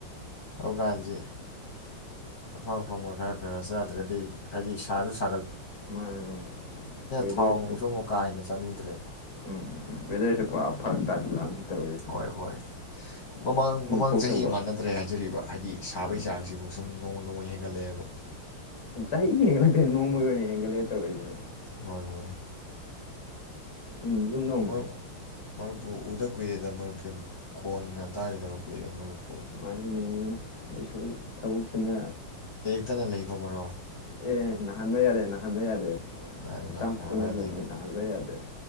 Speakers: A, on the left (about 50°); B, on the left (about 15°).
A: ꯍꯧꯒꯥꯟꯖꯤ ꯑꯐꯪ ꯑꯐꯪꯕ ꯈꯔ ꯈꯔ ꯆꯥꯗ꯭ꯔꯗꯤ ꯍꯥꯏꯗꯤ ꯁꯥꯖꯨ ꯁ
B: ꯃꯥꯅꯦ ꯋꯦꯗꯔꯁꯦ
A: ꯊꯥꯎ ꯅꯨꯡꯁꯨ ꯑꯃꯨꯛ ꯀꯥ ꯍꯦꯟꯅ ꯆꯥꯅꯤꯡꯗ꯭ꯔꯦꯗꯣ
B: ꯎꯝ ꯋꯦꯗꯔꯁꯦ ꯄꯨꯔꯥ ꯐꯔꯛ ꯇꯥꯖꯤꯜꯂꯑꯕꯅꯤ ꯇꯧꯔꯤꯖꯦ
A: ꯍꯣꯏ ꯍꯣꯏ ꯃꯃꯥꯡ ꯃꯃꯥꯡ
B: ꯊꯣꯛꯇꯕ꯭ꯔꯣ
A: ꯆꯍꯤꯒ ꯃꯥꯟꯅꯗ꯭ꯔꯦ ꯍꯥꯏꯖꯔꯤꯕ ꯍꯥꯏꯗꯤ ꯁꯥꯕꯩ
B: ꯃꯥꯅꯦ
A: ꯆꯥꯡꯖꯤꯕꯨ ꯁꯨꯝ ꯅꯣꯡꯃ ꯅꯣꯡꯃꯩ ꯍꯦꯟꯒꯠꯂꯛꯑꯦꯕ
B: ꯆꯍꯤꯒꯤ ꯍꯦꯟꯒꯠꯂꯛꯇꯦ ꯅꯣꯡꯃꯒꯤ ꯑꯣꯏꯅ ꯍꯦꯟꯒꯠꯂꯛꯑꯦ ꯇꯧꯔꯤꯖꯦ꯫
A: ꯍꯣꯏ ꯍꯣꯏ꯫
B: ꯎꯝ ꯌꯨꯝꯅꯨꯡ
A: ꯃꯔꯨꯞ ꯃꯔꯨꯞꯄꯨ ꯎꯗ ꯀꯨꯏꯔꯦꯗ ꯃꯔꯨꯞꯁꯦ ꯈꯣꯟꯒ ꯇꯥꯒꯤꯗꯕ ꯀꯨꯏꯔꯦ ꯃꯔꯨꯞ
B: ꯃꯥꯅꯤꯅꯦ ꯑꯩꯁꯨ ꯊꯕꯛꯁꯤꯅꯦ꯫
A: ꯀꯠꯇꯅ ꯂꯩꯕꯣ ꯃꯔꯣ
B: ꯑꯦ ꯅꯅꯥꯍꯟꯕ ꯌꯥꯗꯦ ꯅꯥꯍꯟꯕ ꯌꯥꯗꯦ ꯑꯗꯨ
A: ꯃꯥꯅꯤ
B: ꯍꯛꯆꯥꯡ
A: ꯃꯥꯅꯤ ꯅꯥꯕ
B: ꯐꯍꯕ
A: ꯌꯥꯗꯦ
B: ꯌꯥꯗꯦ